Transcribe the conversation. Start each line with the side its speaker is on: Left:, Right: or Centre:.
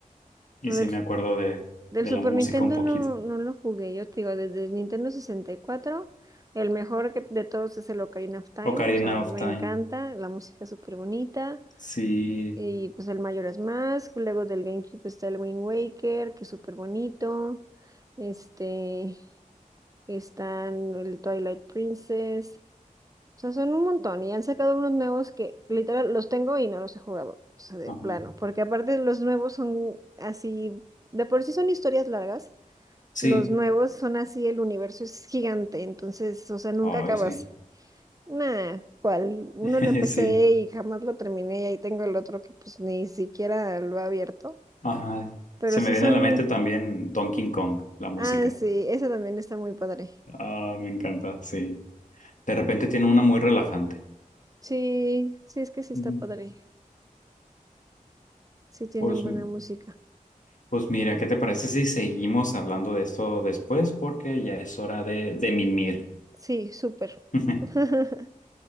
Left: Y
Right: No,
Left: sí
Right: del,
Left: me acuerdo de,
Right: del
Left: de
Right: Super
Left: la música
Right: Nintendo
Left: un poquito,
Right: no, no lo jugué, yo te digo, desde el Nintendo sesenta y cuatro el mejor que- de todos es el Ocarina of Time,
Left: Ocarina
Right: o sea,
Left: of
Right: me
Left: Time,
Right: encanta, la música es súper bonita,
Left: sí,
Right: y pues el Majora's Mask, luego del GameCube está el Wind Waker, que es súper bonito, este, están el Twilight Princess, O sea, son un montón y han sacado unos nuevos que literal los tengo y no los he jugado, o sea, de
Left: ajá,
Right: plano, porque aparte los nuevos son así, de por sí son historias largas,
Left: sí,
Right: los nuevos son así, el universo es gigante, entonces, o sea, nunca
Left: ay,
Right: acabas.
Left: sí,
Right: Nah, cual, uno
Left: <laughs>
Right: lo empecé
Left: sí,
Right: y jamás lo terminé y ahí tengo el otro que pues ni siquiera lo he abierto,
Left: ajá,
Right: pero
Left: se
Right: sí
Left: me viene
Right: son,
Left: a la mente también Donkey Kong, la música,
Right: ah, sí, esa también está muy padre.
Left: ah, me encanta, sí, de repente tiene una muy relajante.
Right: Sí, sí, es que sí está
Left: Ujú.
Right: padre, sí tienen
Left: Pues
Right: buena música.
Left: Pues mira, ¿qué te parece si seguimos hablando de esto después? Porque ya es hora de, de mimir.
Right: Sí, súper.
Left: <laughs>
Right: <laughs>